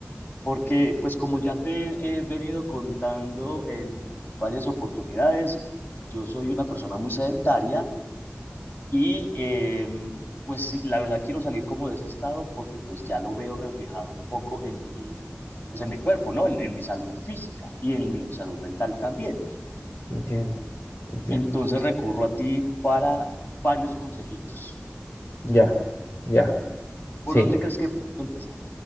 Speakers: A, on the left; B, on the left.
A: Porque, pues como ya te he venido contando en, en varias oportunidades, yo soy una persona muy sedentaria Y eh, pues sí, la verdad quiero salir como de ese estado porque pues ya lo veo reflejado un poco en mi, pues en mi cuerpo, ¿no? En, en mi salud física y en mi salud mental también.
B: Entiendo, entiendo.
A: Entonces recurro a ti para varios consejitos.
B: Ya, ya, sí.
A: ¿Por dónde crees que puedo empezar?